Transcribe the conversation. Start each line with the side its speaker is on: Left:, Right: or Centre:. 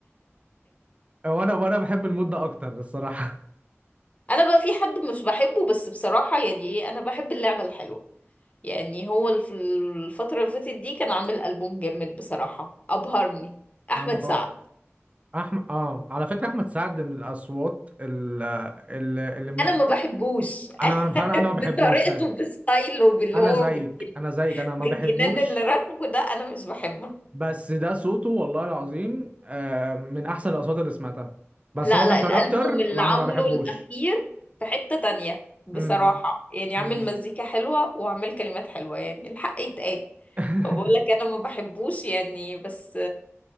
Right: هو انا وانا بحب المود ده اكتر الصراحه
Left: انا بقى في حد مش بحبه بس بصراحة يعني ايه انا بحب اللعبة الحلوة يعني هو الف- الفترة اللي فاتت دي كان عامل ألبوم جامد بصراحة أبهرني
Right: <laughs>
Left: أحمد
Right: انا متوقع
Left: سعد
Right: احمد اه على فكره احمد سعد من الاصوات اللي, اللي مش
Left: أنا ما بحبوش
Right: انا انا فعلا
Left: <laughs>
Right: انا ما
Left: بطريقته
Right: بحبوش فعلا
Left: بستايله باللي
Right: انا
Left: هو
Right: زيك
Left: بال-
Right: انا زيك انا ما
Left: بالجنان
Right: بحبوش
Left: اللي راكبه ده أنا مش بحبه
Right: بس ده صوته والله العظيم آه من احسن الاصوات اللي سمعتها بس
Left: لا
Right: هو
Left: لا
Right: ككاركتر
Left: الألبوم اللي
Right: ما
Left: عامله
Right: انا ما بحبوش
Left: الأخير في حتة تانية بصراحة
Right: امم
Left: يعني عامل
Right: امم
Left: مزيكا حلوة وعامل كلمات حلوة يعني الحق يتقال
Right: <laughs>
Left: بقول لك أنا ما بحبوش يعني بس